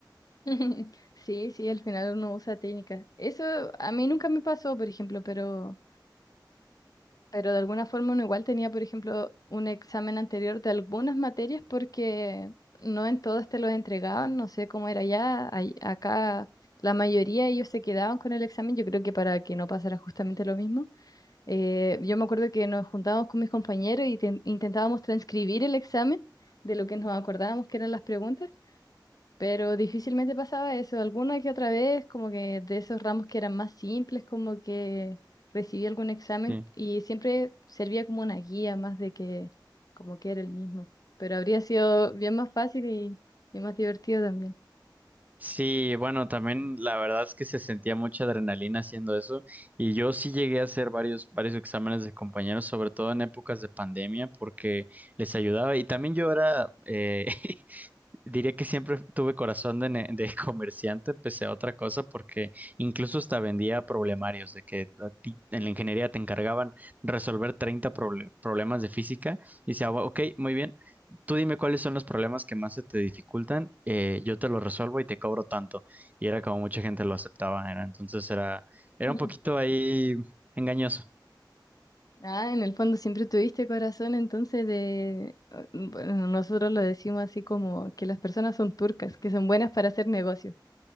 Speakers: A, on the left; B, on the right.
A: <laughs> Sí, sí, al final uno usa técnicas. Eso a mí nunca me pasó, por ejemplo, pero, pero de alguna forma uno igual tenía, por ejemplo, un examen anterior de algunas materias porque no en todas te los entregaban, no sé cómo era allá, ay- acá la mayoría ellos se quedaban con el examen, yo creo que para que no pasara justamente lo mismo. Eh, yo me acuerdo que nos juntábamos con mis compañeros y ten- intentábamos transcribir el examen de lo que nos acordábamos que eran las preguntas, pero difícilmente pasaba eso. Alguna que otra vez, como que de esos ramos que eran más simples, como que recibí algún examen
B: Sí.
A: y siempre servía como una guía más de que como que era el mismo. Pero habría sido bien más fácil y, y más divertido también.
B: Sí, bueno, también la verdad es que se sentía mucha adrenalina haciendo eso y yo sí llegué a hacer varios, varios exámenes de compañeros, sobre todo en épocas de pandemia, porque les ayudaba y también yo era eh, <laughs> Diría que siempre tuve corazón de, ne- de <laughs> comerciante, pese a otra cosa, porque incluso hasta vendía problemarios, de que a ti en la ingeniería te encargaban resolver 30 proble- problemas de física y decía, "Bueno, ok, muy bien, tú dime cuáles son los problemas que más se te dificultan, eh, yo te los resuelvo y te cobro tanto. Y era como mucha gente lo aceptaba, era, entonces era, era
A: <laughs>
B: un poquito ahí engañoso.
A: Ah, en el fondo siempre tuviste corazón, entonces de... ah, Bueno, nosotros lo decimos así como que las personas son turcas, que son buenas para hacer negocios.